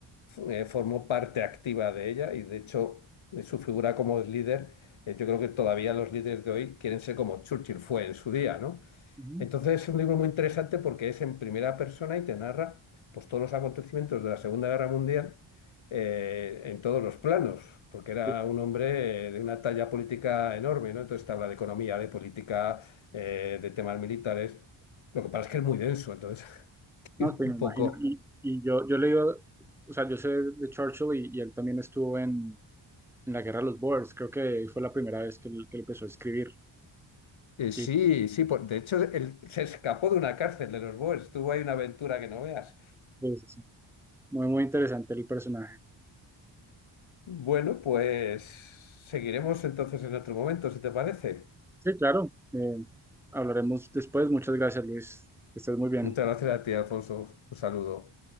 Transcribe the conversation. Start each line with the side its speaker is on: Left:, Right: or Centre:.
Left: f- eh, formó parte activa de ella y de hecho eh, su figura como líder, eh, yo creo que todavía los líderes de hoy quieren ser como Churchill fue en su día, ¿no?
Centre: Ujú.
Left: Entonces es un libro muy interesante porque es en primera persona y te narra pues, todos los acontecimientos de la Segunda Guerra Mundial eh, en todos los planos, porque era
Centre: Sí.
Left: un hombre eh, de una talla política enorme, ¿no? Entonces te habla de economía, de política, eh, de temas militares. Lo que pasa es que es muy denso, entonces <laughs> ir
Centre: No, sí,
Left: un
Centre: me imagino.
Left: poco...
Centre: Y, y yo, yo leí, o sea, yo sé de Churchill y, y él también estuvo en, en la Guerra de los Boers. Creo que fue la primera vez que él, que él empezó a escribir.
Left: Eh, sí,
Centre: Y
Left: sí, por- de hecho él se escapó de una cárcel de los Boers, tuvo ahí una aventura que no veas.
Centre: pues, sí, muy, muy interesante el personaje.
Left: Bueno, pues seguiremos entonces en otro momento, si te parece.
Centre: Sí, claro. eh, hablaremos después. Muchas gracias, Luis. Que estés muy bien.
Left: Muchas gracias a ti, Alfonso. Un saludo.